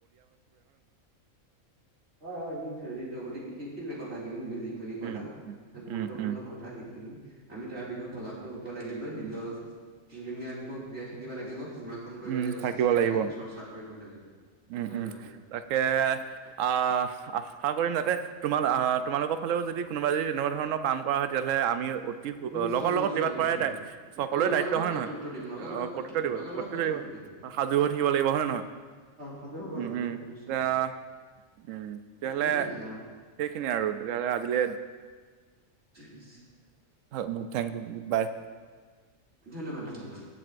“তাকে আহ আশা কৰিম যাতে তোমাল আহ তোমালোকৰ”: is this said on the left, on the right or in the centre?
Right